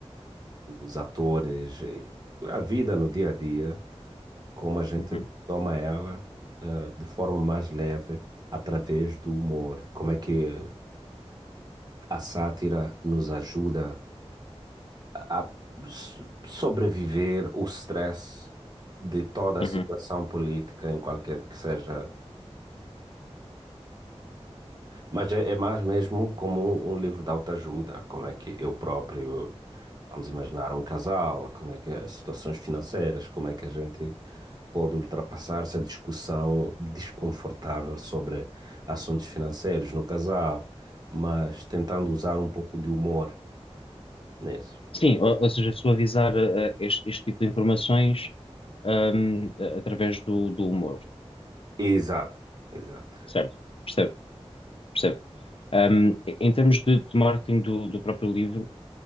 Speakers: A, on the right; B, on the left.
A: os atores, eh, a vida no dia a dia, como a gente
B: uhum,
A: toma ela, eh, de forma mais leve através do humor, como é que a sátira nos ajuda a a so- sobreviver o stress de toda a
B: uhum.
A: situação política, em qualquer que seja Mas é, é mais mesmo como um, um livro de autoajuda, como é que eu próprio, vamos imaginar um casal, como é que as situações financeiras, como é que a gente pode ultrapassar essa discussão desconfortável sobre assuntos financeiros no casal, mas tentando usar um pouco de humor nisso.
B: Sim, ou, ou seja, suavizar eh, eh, este, este tipo de informações ahm, a- através do, do humor,
A: Exato, exato.
B: certo? Percebo, percebo. Ahm, em termos de, de marketing do, do próprio livro,